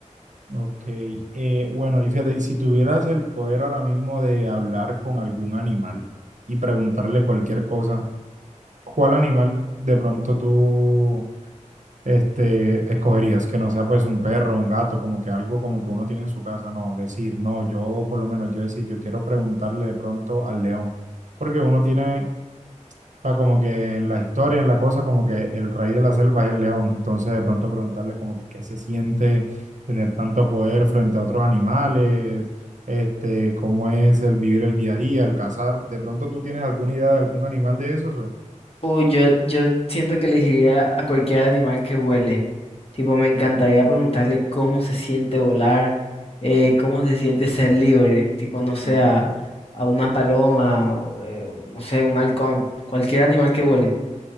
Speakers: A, on the right (about 70°); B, on the left (about 50°).
A: Ok, eh, bueno, y fíjate, si tuvieras el poder ahora mismo de hablar con algún animal y preguntarle cualquier cosa, ¿cuál animal de pronto tú este, escogerías? Que no sea pues un perro, un gato, como que algo como que uno tiene en su casa, no, decir, no, yo por lo menos yo decir, yo quiero preguntarle de pronto al león, porque uno tiene, o sea, como que en las historias, en la cosa, como que el rey de la selva es el león, entonces de pronto preguntarle como que qué se siente tener tanto poder frente a otros animales. Este, cómo es el vivir el día a día, el cazar. ¿De pronto tú tienes alguna idea de algún animal de esos? o-
B: Uy, yo, yo siento que elegiría a cualquier animal que huele. Tipo, me encantaría preguntarle cómo se siente volar, eh, cómo se siente ser libre. Tipo, no sé,
A: Ok.
B: a, a una paloma, o, eh, no sé, un halcón. Cualquier animal que huele